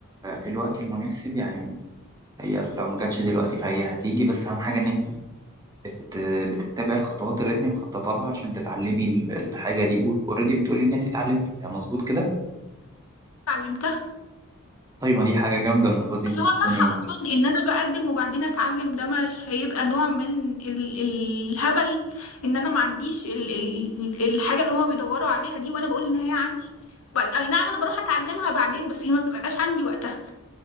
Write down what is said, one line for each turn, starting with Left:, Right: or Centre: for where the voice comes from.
Right: الوقت المناسب يعني هي لو ما جاتش دلوقتي فهي هتيجي بس اهم حاجة ان انت بت... بتتبعي الخطوات اللي انت مخططة لها عشان تتعلمي ال- الحاجة دي اوريدي بتقولي ان انت اتعلمتيها مظبوط كده
Left: اتعلمتها
Right: طيب ما دي حاجة جامدة المفروض انت
Left: بس هو
Right: تكوني
Left: صح أصلا إن أنا بقدم وبعدين أتعلم ده مش هيبقى نوع من ال الهبل إن أنا ما عنديش ال ال الحاجة اللي هما بيدوروا عليها دي وأنا بقول إن هي عندي وبعد- أي نعم أنا بروح أتعلمها بعدين بس هي ما بتبقاش عندي وقتها